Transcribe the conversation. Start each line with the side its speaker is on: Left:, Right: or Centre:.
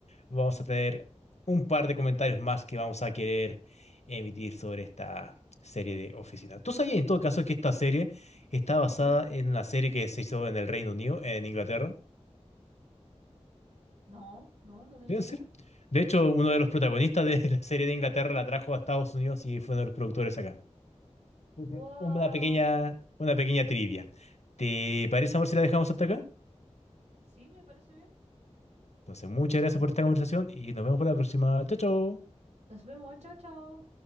Left: vamos a tener un par de comentarios más que vamos a querer emitir sobre esta serie de Oficina. ¿Tú sabías en todo caso que esta serie está basada
Right: Ujú.
Left: en una serie que se hizo en el Reino Unido, en Inglaterra?
Right: No, no, no tenía
Left: ¿Sí, en
Right: idea.
Left: serio? De hecho, uno de los protagonistas de la serie de Inglaterra la trajo a Estados Unidos y fue uno de los productores acá. Ujú.
Right: Guau.
Left: Una pequeña, una pequeña trivia. ¿Te parece, amor, si la dejamos hasta acá?
Right: Sí, me parece bien.
Left: Entonces, muchas gracias por esta conversación y nos vemos para la próxima. Chao, chao.
Right: Nos vemos, chao, chao.